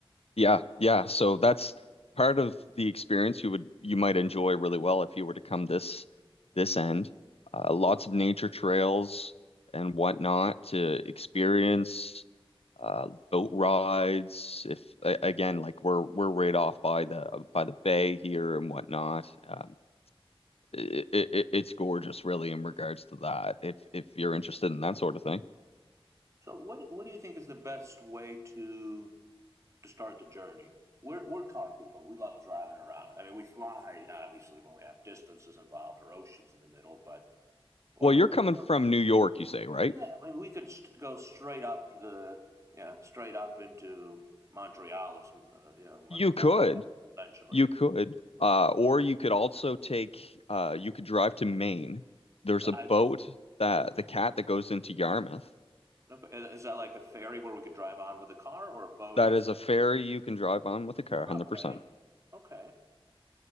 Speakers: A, on the left; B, on the right.
A: Yeah, yeah. So that's part of the experience you would you might enjoy really well if you were to come this this end. Uh, lots of nature trails and whatnot to experience. Uh, boat rides. If a- again, like we're we're right off by the by the bay here and whatnot. Um, it, it, it's gorgeous, really, in regards to that. If if you're interested in that sort of thing.
B: so what what do you think is the best way to to start the journey. We're, we're car people. We love driving around. I mean, we fly obviously when we have distances involved or oceans in the middle, but we're,
A: Well, you're
B: we're,
A: coming
B: we're
A: from New York, you say, right?
B: yeah. I mean, we could st- go straight up the you know straight up into Montreal, uh, you know, Mon-
A: You
B: Montreal
A: could.
B: essentially.
A: You could, uh, or you could also take, uh, you could drive to Maine. There's a boat
B: I
A: that
B: mhm.
A: the cat that goes into Yarmouth.
B: okay. Is is that like a ferry where we could drive on with a car or a boat
A: That
B: as?
A: is
B: A,
A: a ferry you can drive on with a car,
B: oh,
A: 100%.
B: okay, okay.